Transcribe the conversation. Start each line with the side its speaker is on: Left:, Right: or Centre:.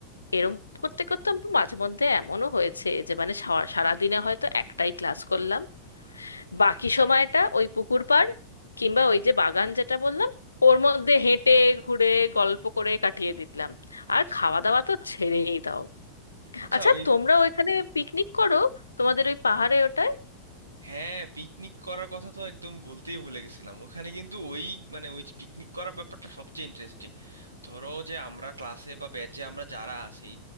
Left: এরম করতে করতে আমার মাঝে মধ্যে এমনও হয়েছে যে মানে সা- সারাদিনে হয়তো একটাই ক্লাস করলাম বাকি সময়টা ওই পুকুর পাড় কিংবা ওই যে বাগান যেটা বললাম ওর মধ্যে হেঁটে ঘুরে গল্প করে কাটিয়ে দিলাম আর
Right: আচ্ছা
Left: খাওয়া দাওয়া তো ছেড়েই দাও
Right: আচ্ছা
Left: আচ্ছা
Right: ওই
Left: তোমরা ওইখানে পিকনিক করো তোমাদের ওই পাহাড়ে ওটায়
Right: হ্যাঁ পিকনিক করার কথা তো একদম বলতেই ভুলে গেছিলাম ওখানে কিন্তু ওই মানে ওই যে পিকনিক করার ব্যাপারটা সবচেয়ে ইন্টারেস্টিং ধরো যে আমরা ক্লাসে বা ব্যাচে আমরা যারা আছি